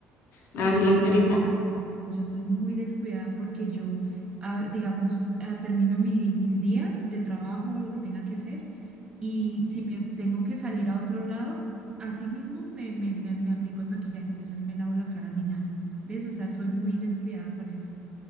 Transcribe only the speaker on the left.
Lavarse
la
carita.